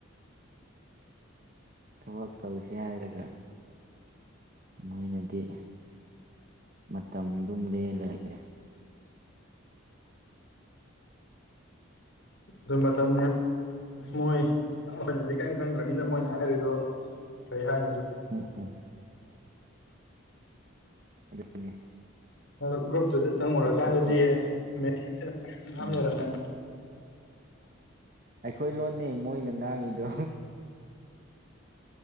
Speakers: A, on the right (about 40°); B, on the left (about 70°).
A: ꯊꯕꯛ ꯇꯧꯁꯤ ꯍꯥꯏꯔꯒ ꯃꯣꯏꯅꯗꯤ ꯃꯇꯝꯗꯨꯝ ꯂ ꯂꯩ ꯂꯩꯔꯦ
B: ꯑꯗꯨ ꯃꯇꯝ ꯃꯣꯏ ꯑꯩꯈꯣꯏꯅꯗꯤ ꯀꯔꯤꯝ ꯈꯪꯗ꯭ꯔꯅꯤꯅ ꯃꯣꯏꯅ ꯍꯥꯏꯔꯤꯗꯨꯣ ꯀꯩ ꯍꯥꯏꯅꯤ
A: ꯎꯝꯝ ꯑꯗꯨꯦ
B: ꯑ ꯒ꯭ꯔꯨꯞꯇꯨꯗ ꯆꯪꯉꯨꯔꯀꯥꯟꯗꯗꯤ
A: ꯑꯩꯈꯣꯏ
B: ꯃꯦ ꯌꯥꯝ
A: ꯎꯝ
B: ꯂꯩꯔꯝꯃꯦ
A: ꯑꯩꯈꯣꯏ ꯂꯣꯟꯅꯦ ꯃꯣꯏꯅ ꯉꯥꯡꯉꯤꯗꯣ